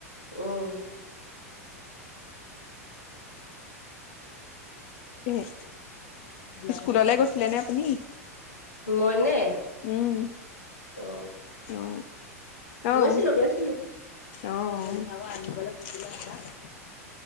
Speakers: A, on the left; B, on the left.
A: উম
B: উম স্কুললে গৈছিলে নে আপুনি
A: মইনে
B: উম
A: অ
B: অ আহ
A: গৈছিলো গৈছিলো
B: অ অ আনিবলৈ দিছিলে আটা <unintelligible>